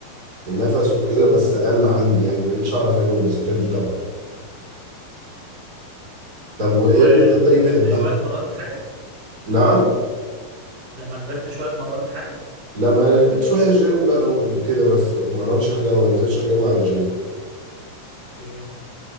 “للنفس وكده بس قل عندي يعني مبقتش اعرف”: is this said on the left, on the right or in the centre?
Right